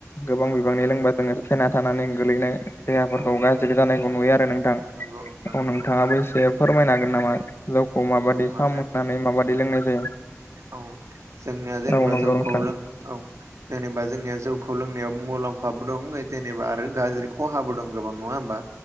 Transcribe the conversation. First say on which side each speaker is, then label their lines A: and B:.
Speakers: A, on the left; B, on the right.
A: गोबां
B: औ
A: बिबांनि लोंबा जोङो फेना थानानै गोलैनाय देहाफोरखौ
B: औ
A: गाज्रि जानायखौ नुयो आरो नोंथां औ
B: नंगौ नोंथां नंगौ
A: नोंथाङाबो एसे फोरमायनो हागोन नामा? जौखौ माबादि
B: औ हागोन
A: सामखांनानै माबादि लोंनाय जायो?
B: औ जोंनिया जेनेबा
A: औ नंगौ
B: जौखौ
A: नोंथां
B: लों औ जेनेबा जोंनिया जौखौ लोंनायाव मुलाम्फाबो दं जेनेबा आरो गाज्रि खहाबो दं गोबां नङा होमबा